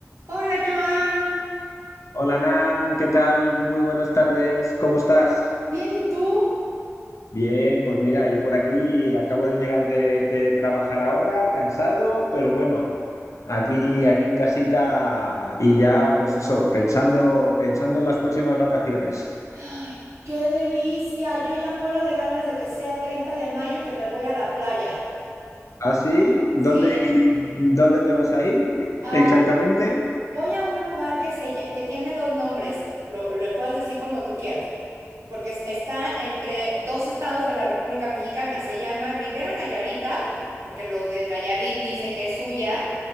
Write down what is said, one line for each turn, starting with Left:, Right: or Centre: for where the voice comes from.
Right: Hola, Joan.
Left: Hola Nan, ¿qué tal? Muy buenas tardes, ¿cómo estás?
Right: Bien, ¿y tú?
Left: Bien, pues mira, yo por aquí acabo de llegar de, de trabajar ahora, cansado, pero bueno, aquí, aquí en casita y ya pues eso, pensando, pensando en las próximas vacaciones.
Right: Ay, qué delicia. Yo ya muero de ganas de que sea 30 de mayo que me voy a la playa.
Left: ¿Ah, sí? ¿Dónde,
Right: Sí,
Left: y dónde te vas a ir
Right: a
Left: exactamente?
Right: un- voy a un lugar que, se, lla- que tiene dos nombres. Lo, lo puedes decir como tú quieras. Porque es- está entre dos estados de la República Mexicana. Se llama Rivera Nayarita, por- porque los de Nayarit dicen que es suya,